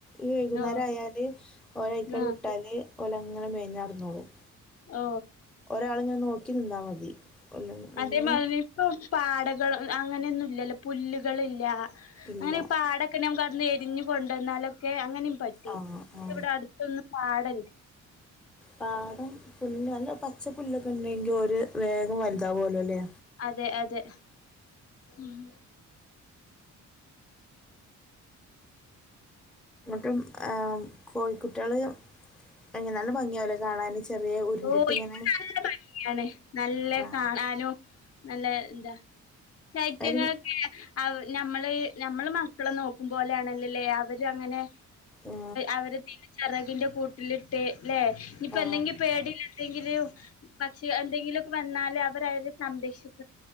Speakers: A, in the centre; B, on the left.
A: ഈ വൈകുന്നാരായാല്
B: ഓ
A: ഓരയ്ക്കാണ്ട്
B: ആ
A: വ്ട്ടാല് ഓലങ്ങനെ മേഞ്ഞാട്ന്നോളും
B: ഓ
A: ഒരാള്ങ്ങനെ നോക്കി നിന്നാ മതി അല്ല അങ്ങനെ
B: അതേമാതിരി ഇപ്പം പാടകൾ ഹ് അങ്ങനെയൊന്നുല്ലല്ലോ പുല്ലുകളില്ല
A: ഇല്ല
B: അങ്ങനെ പാടൊക്കെ <unintelligible> ഇഞ്ഞി കൊണ്ടന്നാലൊക്കെ അങ്ങനെ പറ്റും
A: ആ
B: പക്ഷെ
A: ആ
B: ഇവിടെ അടുത്തൊന്നും പാടല്ല
A: പാടം പുല്ല് അല്ല പച്ച പുല്ലൊക്കെ ഉണ്ടെങ്കി ഒരു വേഗം വലുതാവോലോ ലേ
B: അതെ അതെ ഉം
A: ടും ഏ കോഴിക്കുട്ടികള് അങ്ങനെ നല്ല ഭംഗിയാവില്ലേ കാണാൻ ചെറിയ ഉരുണ്ടിട്ട്
B: ഓഹ്
A: ഇങ്ങനെ
B: ഇ നല്ല ഭംഗിയാണ് നല്ല
A: ആ
B: കാണാനും നല്ല എന്താ ശൈത്യങ്ങളൊക്കെ
A: ഒരു
B: അവ് നമ്മള് നമ്മള് മക്കള നോക്കും പോലൊയാണല്ലെ ല്ലേ അവര് അങ്ങനെ
A: ആ
B: അവരെ തിരിച്ചറി <unintelligible> കൂ <unintelligible> <unintelligible> ഇനിപ്പ
A: ആ
B: അല്ലെങ്കി പേടിയില്ലാണ്ട് <unintelligible> പക്ഷെ എന്തെങ്കിലൊക്കെ വന്നാല് അവര് അവരെ സംരക്ഷിക്